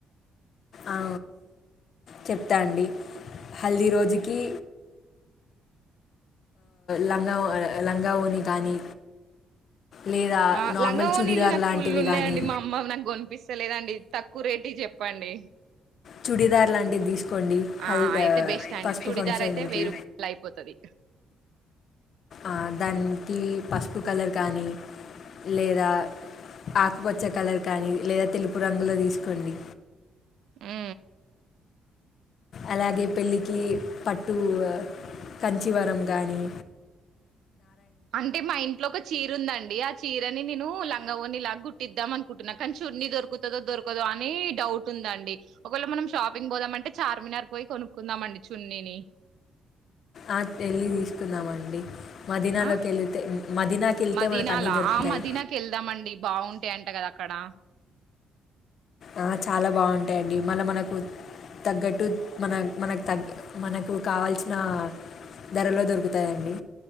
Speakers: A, on the left; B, on the right.
A: ఆ చెప్తాండి హల్ది రోజుకి, లంగా లంగా వోని కానీ లేదా
B: ఆ
A: నార్మల్
B: లంగా వొనీళ్ళలు
A: చుడిదార్
B: నాకు
A: లాంటివి
B: ఫుల్ ఉన్నాయండి,
A: కానీ
B: మా అమ్మ నాకు గోనిపిస్తలేదండి తక్కువ రేట్ చెప్ చెప్పండి,
A: చుడిదార్ లాంటిది తీసుకోండి
B: ఆ
A: హల్
B: అయితే బెస్ట్ అండి
A: పసుపు
B: చూడిదార్
A: ఫంక్షన్కి
B: అయితే వెయ్యి రూపాయలు అయిపోతది
A: ఆ దానికి పసుపు కలర్ కాని లేదా ఆకుపచ్చే కలర్ కానీ లేదా తెలుపు రంగులో తీసుకోండి.
B: ఉ
A: అలాగే పెళ్ళికి పట్టు కంచివరం గాను,
B: అంటే మా ఇంట్లో ఒక చీర ఉందండి ఆ చీరు ని నేను లంగా ని ఇలాగ గుట్టిద్దాం అనుకుంటున్నా కానీ చున్నన్ని దొరుకుతుందో దొరకదో అని డౌట్ ఉందండి. డి ఒకవేళ మనం షాపింగ్ పోదామ అంటే చార్మినార్ పోయి కొనుక్కుందాంండి, చున్నీని
A: ఆ వేళ్లిి తీసుకున్నామండి, మదీనాలోకి
B: ఆ
A: వెళితే మదీనాకి వెళితే
B: మదీనాలా
A: మనకి అన్నీ దొరుకుతాయి.
B: ఆ మదీనాకి వెళ్దామండి బాగుంటాయంట కదా అక్కడ
A: ఆ చాలా బాగుంటాయిండి మళ్ళా మనకు తగ్గట్టు మన మనకు తగ్గ మనకు కావాల్సిన, ధరలో దొరుకుతాయండి